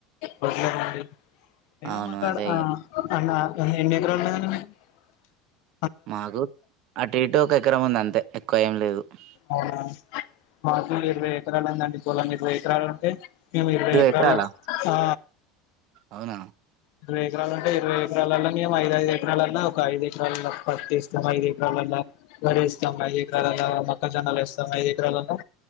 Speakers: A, on the left; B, on the right.
A: వడ్లు <unintelligible> అయిన
B: అవును.
A: మా కాడ
B: అదే
A: ఆహ్
B: ఇగ.
A: అన్నా అన్న ఎన్ని ఎకరాలు ఉన్నయ్ అన్న నీకు
B: మాకు అటుఇటు ఎకరం ఉంది అంతే ఎక్కువ ఏం లేదు లేదు
A: అవునా మాకు ఇరవై ఎకరాలుందండి పొలం ఇరవై ఎకరాలు ఉంటే మేము ఇరవై ఎకరాలు
B: ఎకరాలా?
A: ఆ
B: అవునా!
A: ఇరవై ఎకరాలు ఉంటే ఇరవై ఎకరాలల్లో మేము ఐదుఐదు ఎకరాలల్లో ఒక ఐదు ఎకరాలల్లో పత్తి వేస్తాం, ఐదు ఎకరాలల్లో వరి వేస్తాం, ఐదు ఎకరాలల్లో మక్క జొన్నలు వేస్తాం, ఐదు ఎకరాలల్లో